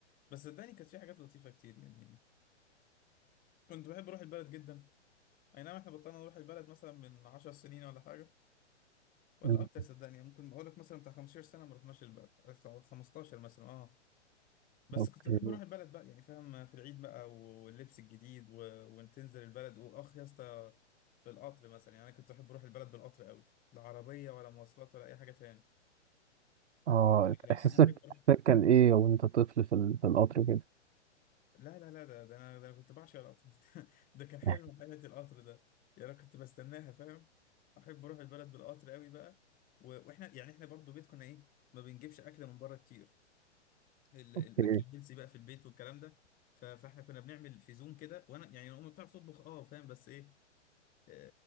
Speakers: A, on the left; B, on the right.
A: بس صدقني كانت في حاجات لطيفه كتير يعني كنت بحب اروح البلد جدا اي نعم احنا بطلنا نروح البلد مثلا من 10 سنين ولا حاجه ولا
B: مم.
A: اكتر صدقني يعني ممكن اقول لك مثلا بتاع 15 سنه ما رحناش البلد 15 مثلا اه بس
B: اوكي
A: كنت بحب اروح البلد بقى يعني فاهم في العيد بقى واللبس الجديد و... وان تنزل البلد واخ يا اسطى في القطر مثلا يعني انا كنت بحب اروح البلد بالقطر قوي لا عربيه ولا مواصلات ولا اي حاجه تاني
B: اه
A: لا
B: احساسك
A: انا احب اروح
B: احساسك كان ايه وانت طفل في, ال... في القطر كده
A: لا لا لا ده, ده انا ده انا كنت بعشق القطر <laughs> ده كان حلم
B: <laughs>
A: حياتي القطر ده يعني انا كنت بستناها فاهم احب اروح البلد بالقطر قوي بقى و... واحنا يعني احنا برضو بيت كنا ايه ما بنجيبش اكل من بره كتير ال- الاكل
B: إيه؟
A: الهيلثي بقى في البيت والكلام ده ف- فاحنا كنا بنعمل في زوم كده وانا يعني امي بتعرف تطبخ اه فاهم بس ايه آه،